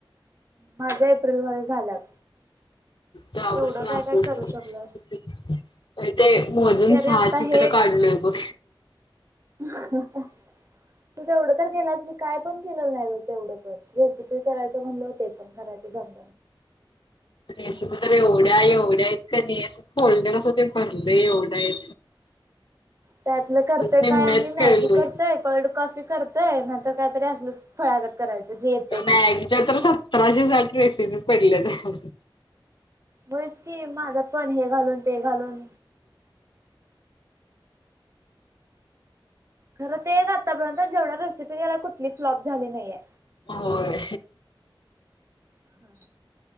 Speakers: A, on the right (about 35°); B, on the left (about 65°).
A: माझ्या एप्रिलमध्येध्ये झाल्यात.
B: तवा
A: एवढं
B: पासन
A: काय
B: असच
A: काय करू
B: तर
A: शकलो
B: तर ते
A: असतो
B: मोजून
A: तरी
B: सहा
A: आता
B: चित्र
A: हे
B: काढलोय बघ.
A: तू तेवढं तर केलाच मी काय पण केलेलं नाही ब तेवढं पण रेसिपी हम्.
B: रेसिपी तर एवढ्या एवढ्या आहेत कणी अस फोल्डर अस ते भरलं एवढ्या हाय.
A: त्यातलं करतोय
B: निम्म्याच
A: काय आम्ही मॅगी
B: कळलोय.
A: करतोय कोल्ड कॉफी करतोय नंतर काहीतरी असलच फळागत करायचं जे येतय
B: मॅगीच्या
A: ते
B: तर सतराशे साठ रेसिनी पडलेत. ह.
A: होयच की माझ्यात पण हे घालून ते घालून. खरं ते एक आतापर्यंत जेवढ्या रेसिपी केल्या.
B: होय.
A: हम.